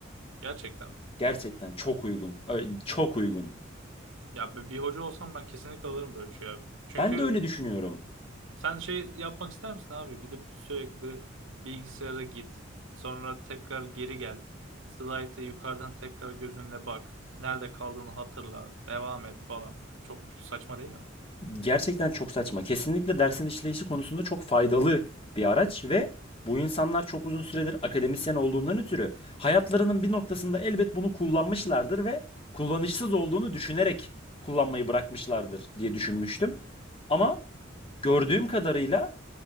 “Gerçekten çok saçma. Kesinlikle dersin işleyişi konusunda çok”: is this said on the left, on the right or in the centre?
Left